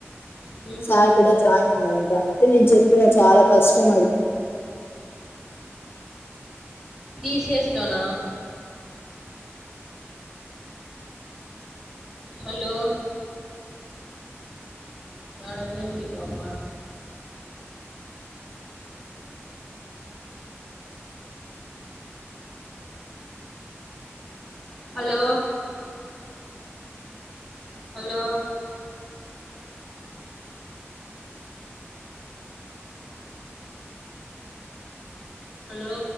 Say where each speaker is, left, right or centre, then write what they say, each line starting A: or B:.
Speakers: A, in the centre; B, on the left (about 55°).
A: హుహు.
B: సాటర్డే జాయినింగ్ అంటా అంటే నేను చెప్ప చెప్పిన చాలా కష్టం అది,
A: టీ సి ఎస్ లోన హలో ఏడ పోయింది ఈ పాప హలో హలో హలో